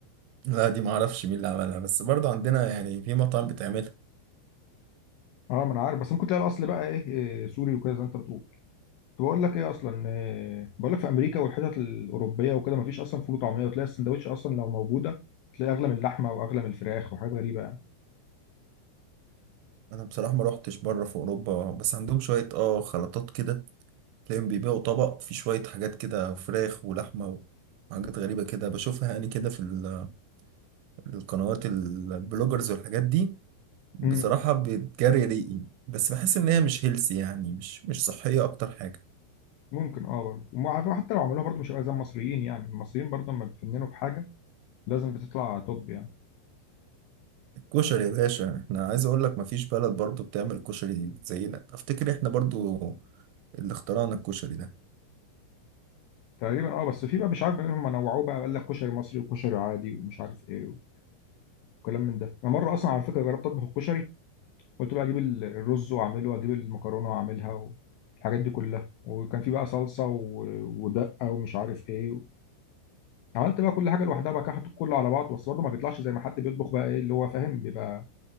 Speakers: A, on the right; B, on the left.
A: لا دي معرفش مين اللي عملها بس برضو عندنا يعني في مطاعم بتعملها
B: اه ما انا عارف بس ممكن تلاقي الاصل بقى ايه إيه، سوري وكده زي ما انت بتقول كنت بقول لك ايه اصلا إيه بقول لك في امريكا والحتت الاوروبيه وكده مفيش اصلا فول وطعميه وتلاقي السندوتش اصلا لو موجوده تلاقي اغلى من اللحمه واغلى من الفراخ وحاجات غريبه يعني
A: انا بصراحة ما روحتش بره في اوروبا بس عندهم شوية اه خلطات كده تلاقيهم بيبيعوا طبق فيه شوية حاجات كده فراخ ولحمة وحاجات غريبة كده بشوفها يعني كده في ال- القنوات ال- البلوجرز والحاجات دي بصراحة
B: امم
A: بتجري ريقي بس بحس ان هي مش هيلسي يعني مش مش صحية اكتر حاجة
B: ممكن اه برضه ومع- حتى لو عملوها برضه مش هيبقى زي المصريين يعني المصريين برضه لما بتفننوا في حاجه لازم بتطلع توب يعني
A: كشري يا باشا احنا عايز اقول لك مفيش بلد برضو بتعمل كشري زينا افتكر احنا برضو اللي اخترعنا الكشري ده
B: تقريبا اه بس في بقى مش عارف هم نوعوه بقى قال لك كشري مصري وكشري عادي ومش عارف ايه وكلام من ده انا مره اصلا على فكره جربت اطبخ الكشري قلت بقى اجيب ال- الرز واعمله واجيب المكرونه واعملها والحاجات دي كلها وكان في بقى صلصه و- ودقه ومش عارف ايه عملت بقى كل حاجه لوحدها بقى كده حطيت كله على بعض بس برضه ما بيطلعش زي ما حد بيطبخ بقى ايه اللي هو فاهم بيبقى